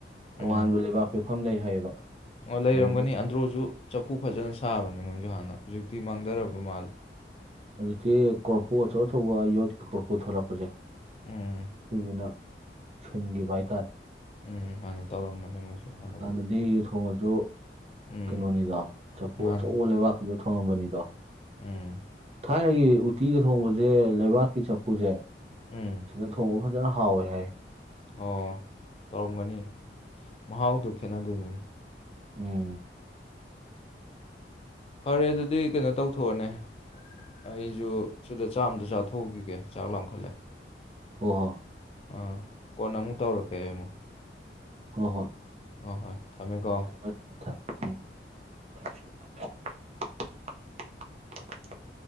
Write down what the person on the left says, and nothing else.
ꯎꯝ
ꯑꯣ ꯂꯩꯔꯝꯒꯅꯤ
ꯑꯟꯗ꯭ꯔꯣꯁꯨ ꯆꯐꯨ ꯐꯖꯅ ꯁꯥꯕꯅꯦ ꯃꯣꯏꯁꯨ ꯍꯥꯟꯅ ꯍꯧꯖꯤꯛꯇꯤ ꯃꯥꯡꯗꯔꯕ ꯃꯥꯜꯂꯦ
ꯎꯝ
ꯎꯝ ꯃꯥꯅꯦ ꯇꯧꯔꯝꯕꯅꯦ ꯃꯣꯏꯁꯨ ꯍꯥꯟꯅꯕꯨꯗꯤ
ꯎꯝ
ꯃꯥꯅꯤ
ꯎꯝ
ꯎꯝ
ꯑꯣ ꯇꯧꯔꯝꯒꯅꯤ ꯃꯍꯥꯎꯗꯨ ꯈꯦꯠꯅꯗꯣꯏꯅꯤꯅ
ꯐꯔꯦ ꯑꯗꯨꯗꯤ ꯀꯩꯅꯣ ꯇꯧꯊꯣꯛꯑꯣꯅꯦ ꯑꯩꯖꯨ ꯁꯤꯗ ꯆꯥꯛ ꯑꯝꯇ ꯆꯥꯊꯣꯛꯎꯒꯤꯒꯦ ꯆꯥꯛ ꯂꯥꯝꯈꯠꯂꯦ
ꯑꯥ ꯀꯣꯟꯅ ꯑꯃꯨꯛ ꯇꯧꯔꯛꯀꯦ ꯑꯩꯃꯨꯛ
ꯍꯣ ꯍꯣꯏ ꯊꯝꯃꯦꯀꯣ